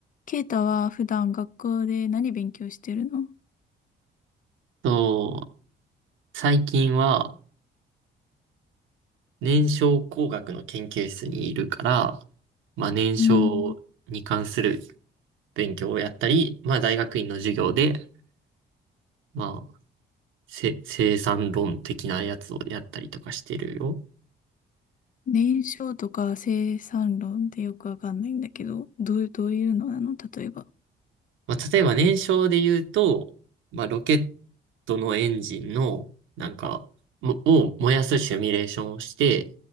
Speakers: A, on the left; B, on the right.
A: ケイタは普段学校で何勉強してるの
B: そう、最近は燃焼工学の研究室にいるから、まあ燃焼に関する
A: うん、
B: 勉強をやったり、まあ大学院の授業で、まあせ生産論的なやつをやったりとかしてるよ。
A: 燃焼とか生産論ってよくわかんないんだけど、どういう、どういうのなの例えば。
B: まあ、例えば燃焼で言うと、まあ、ロケットのエンジンの、なんか、もを燃やすシミュレーションをして、